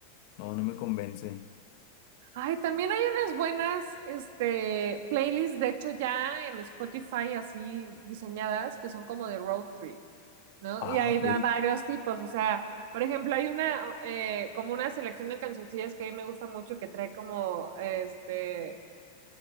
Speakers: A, on the left; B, on the right.
A: no, no me convence.
B: Ay, también hay unas buenas, este, playlists, de hecho ya en Spotify así diseñadas, que son como de road trip, ¿no?
A: Ah,
B: Y ahí
A: ok.
B: va varios tipos, o sea, por ejemplo, hay una, eh, como una selección de cancioncillas que a mí me gusta mucho, que trae como, este,